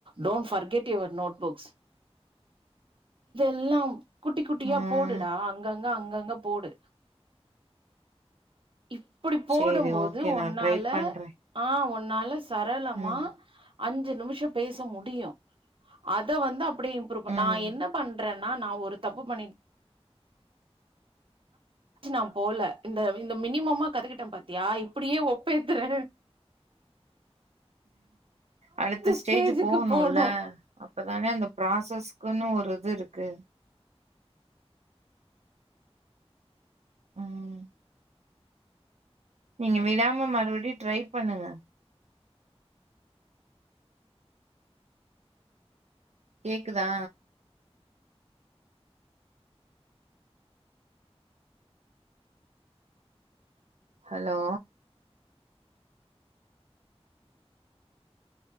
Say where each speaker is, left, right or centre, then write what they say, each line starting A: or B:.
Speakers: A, on the right; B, on the right.
A: டோன்ட் ஃபர்கெட் யுவர் நோட்புக்ஸ் இல்லாம் குட்டி குட்டியா
B: ஆ.
A: போடுடா அங்கங்க அங் அங்க போடு இப்டி போடும்போது
B: சரி ஓகே
A: ஒன்னால
B: நான் ட்ரை பண்றேன்.
A: ஆ ஒ நால சரளமா
B: ம்,
A: அஞ்சு நிமிஷோ பேச முடியு அத வந்து இப்ரூவ்
B: ம்.
A: நா என்ன பண்ற ரா நா ஒரு தப்பு பண்ண நா போல இந்த மினிமமா கத்துக்கிட்டே பாத்தியா இப்டியே ஒப்பேத்துறே
B: அடுத்த ஸ்டேஜ்
A: ஸ்டேஜுக்கு
B: போகணுல்ல
A: போனு
B: அப்தான அந்த ப்ராசஸ் க்குன்னு ஒரு இது இருக்கு உம் நீங்க விடாம மறுபடியு ட்ரை பண்ணுங்க கேக்குதா ஹலோ